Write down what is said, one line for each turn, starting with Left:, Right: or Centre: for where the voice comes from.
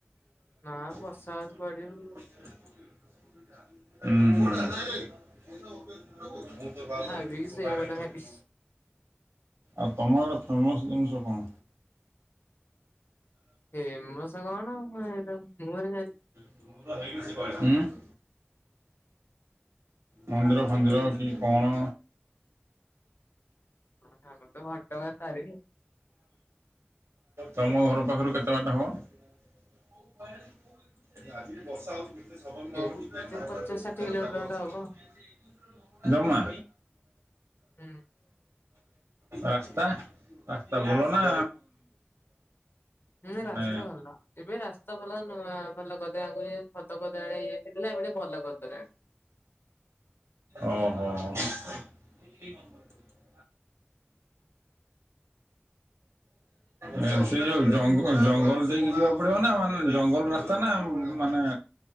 Left: ନା ବର୍ଷା
Right: <unintelligible>
Left: ହଉଛି କୁଆଡେ ଯିବୁ
Right: ଉଁ।
Left: ଖାଇ ପିଇକି ଶୋଇବା କଥା ଖାଲି
Right: ଆଉ ତମଆଡେ ଫେମସ୍ ଜିନିଷ କଣ?
Left: ଫେମସ କଣ <unintelligible>
Right: ଉଁ। ମନ୍ଦିର ଫନ୍ଦିର କି କଣ?
Left: ହଁ ଆମର ତ ଘଟଗାଁ ତାରିଣୀ।
Right: ତମ ଘର ପାଖରୁ କେତେ ବାଟ ହବ? <unintelligible> <unintelligible>
Left: କେତେ ପଚାଶ ଷାଠିଏ କିଲୋମିଟର ଖଣ୍ଡେ ହବ
Right: ଜମା।
Left: ହୁଁ।
Right: ରାସ୍ତା ରାସ୍ତା ଭଲ ନା।
Left: ହୁଁ
Right: ମାନେ
Left: ରାସ୍ତା ଭଲ ଏବେ ରାସ୍ତା ଭଲ ନୂଆ ଭଲ କରିଦେଲେ ଆଗରୁ। ଖଦ ଖଦଡା ଇଏ ଥିଲା ଏବେ ଟିକେ ଭଲ କରିଦେଲାଣି।
Right: ଅ ହ ହ। <unintelligible> ନାଇଁ ସେ ଯୋଉ ଜଙ୍ଗ ଜଙ୍ଗଲ। ଦେଇକି ଯିବାକୁ ପଡିବ ନା ମାନେ ଜଙ୍ଗଲ ରାସ୍ତା ନା ମାନେ।